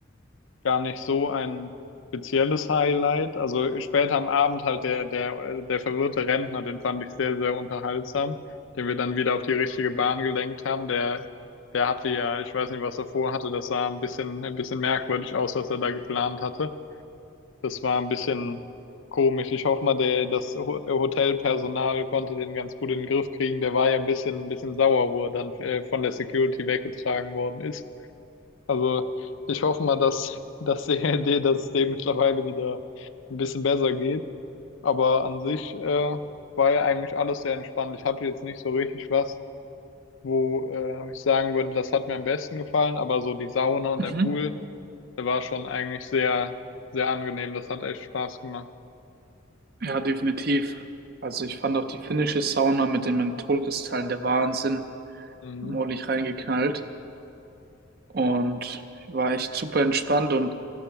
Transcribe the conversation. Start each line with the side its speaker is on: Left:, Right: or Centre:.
Left: gar nicht so ein spezielles Highlight. Also später am Abend halt der, der, äh, der verwirrte Rentner, den fand ich sehr, sehr unterhaltsam, den wir dann wieder auf die richtige Bahn gelenkt haben. Der, der hatte ja, ich weiß nicht, was er vorhatte, das sah ein bisschen, ein bisschen merkwürdig aus, was er da geplant hatte. Das war ein bisschen komisch. Ich hoffe mal, der, das Ho- Hotelpersonal konnte den ganz gut in den Griff kriegen. Der war ja ein bisschen, ein bisschen sauer, wo er dann äh, von der Security weggetragen worden ist. Also ich hoffe mal, dass, dass die <laughs> Idee, dass es dem mittlerweile wieder ein bisschen besser geht. Aber an sich äh, war ja eigentlich alles sehr entspannt. Ich hatte jetzt nicht so richtig was, wo äh, ich sagen würde, das hat mir am besten gefallen. Aber so die Sauna und
Right: Mhm.
Left: der Pool, der war schon eigentlich sehr, sehr angenehm. Das hat echt Spaß gemacht.
Right: Ja, definitiv. Also ich fand auch die finnische Sauna mit den Mentholkristallen der Wahnsinn.
Left: Mhm.
Right: Ordentlich reingeknallt. und war echt super entspannt und